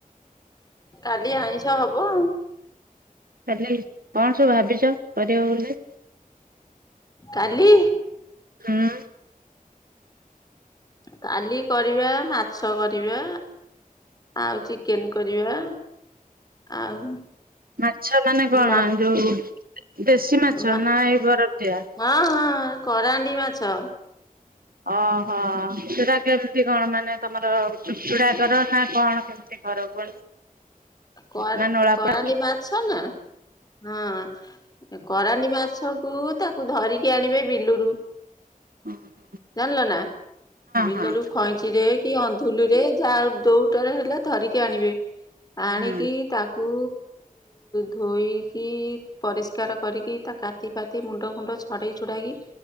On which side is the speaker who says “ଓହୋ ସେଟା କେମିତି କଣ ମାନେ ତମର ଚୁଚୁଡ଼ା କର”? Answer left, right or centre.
Right